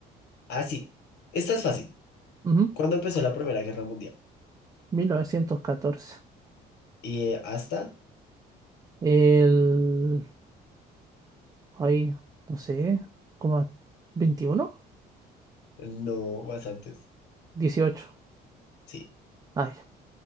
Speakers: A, on the left; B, on the right.
A: Ah, sí. Esta es fácil.
B: Ujú,
A: ¿Cuándo empezó la Primera Guerra Mundial?
B: 1914.
A: Y eh, hasta,
B: El... Ay, no sé, como veintiuno?
A: no, más antes.
B: 18.
A: Sí.
B: Ay,